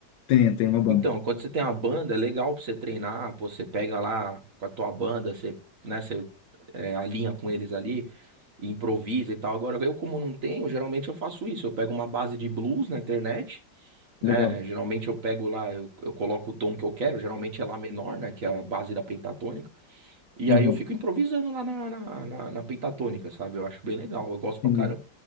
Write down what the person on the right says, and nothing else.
Então, quando você tem uma banda, é legal pra você treinar, pô, você pega lá com a tua banda, você, né, você é, alinha com eles ali, e improvisa e tal. Agora, eu como não tenho, geralmente eu faço isso, eu pego uma base de blues na internet, né,
geralmente eu pego lá, eu, eu coloco o tom que eu quero, geralmente é lá menor, né, que é a base da pentatônica. E aí
eu fico improvisando lá na, na, na- na pentatônica, sabe? Eu acho bem legal, eu gosto pra
caramba.